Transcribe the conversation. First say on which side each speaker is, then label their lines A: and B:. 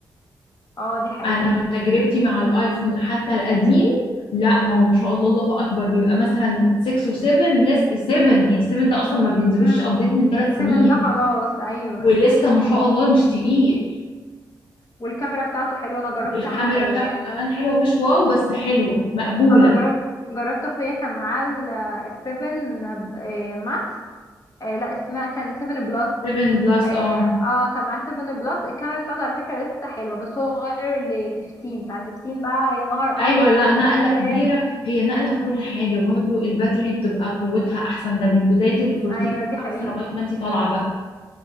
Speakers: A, on the left (about 40°); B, on the left (about 75°).
A: اه دي حقيقة
B: انا من تجربتي مع الايفون حتى القديم لا ما هو ما شاء الله الله اكبر بيبقى مثلا 6 و7 لسه 7 يعني 7 ده اصلا ما بينزلوش
A: امم
B: ابديت من 3
A: السيفن
B: سنين
A: ده خلاص ايوه
B: ولسه ما شاء الله مش تقيل
A: والكاميرا بتاعته حلوه انا جربت
B: والكاميرا
A: حقيقية.
B: بتاعته كمان حلوه مش واو بس حلوه مقبوله
A: انا جرب جربت اخويا كان معاه السيفن ماكس آه لا اسمها كان سيفن بلس
B: 7 بلس
A: اه
B: اه
A: آه، كان معاه سيفن بلس الكاميرا بتاعته على فكرة لسه حلوة بس هو غير ل 15 فال15 بقى يا نهار
B: ايوه
A: ابيض
B: لا
A: على
B: نقله
A: الجمدان
B: كبيره هي نقله في كل حاجه برضه الباتري بتبقى قوتها احسن ده من بدايه ال 14
A: ايوه
B: والاكس
A: دي حقيقة
B: لغايه ما انت طالعه بقى